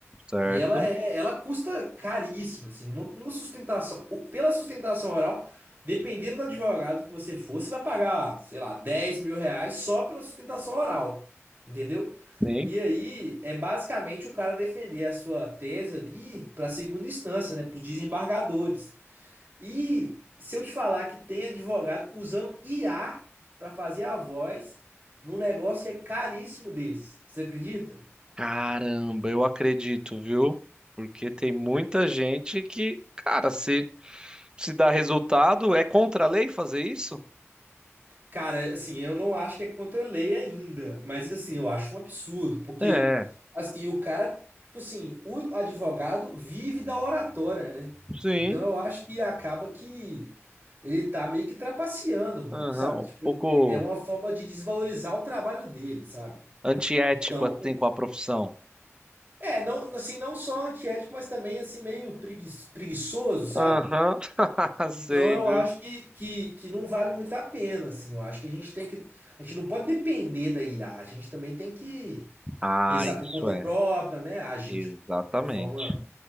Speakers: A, on the right; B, on the right.
A: certo?
B: E ela é, ela custa caríssima, assim, uma, uma sustentação, o- pela sustentação oral, dependendo do advogado que você for, você vai pagar, sei lá, dez mil reais só pela sustentação oral, entendeu?
A: Sim.
B: E aí é basicamente o cara defender a sua tese ali para segunda instância, né, para os desembargadores. E se eu te falar que tem advogado usando IA para fazer a voz num negócio que é caríssimo desse, você acredita?
A: Caramba, eu acredito, viu? Porque tem muita gente que, cara, se se dá resultado, é contra a lei fazer isso?
B: Cara, assim, eu não acho que é contra a lei ainda, mas assim, eu acho um absurdo, porque
A: É,
B: assim, o cara, tipo assim, o advogado vive da oratória, né?
A: sim.
B: Então eu acho que acaba que ele tá meio que trapaceando, mano,
A: Aham,
B: sabe? Tipo,
A: um pouco
B: ele- é é uma forma de desvalorizar o trabalho dele, sabe?
A: antiético
B: Então,
A: assim com a profissão.
B: é, não, assim, não só antiético, mas também assim meio pregui- preguiçoso, sabe?
A: Aham, <laughs> sei,
B: Então eu
A: viu?
B: acho que, que, que não vale muito a pena, assim. Eu acho que a gente tem que. A gente não pode depender da IA. A a gente também tem que
A: Ah,
B: pensar
A: isso
B: por conta
A: é,
B: própria, né? Agir
A: exatamente.
B: de, de forma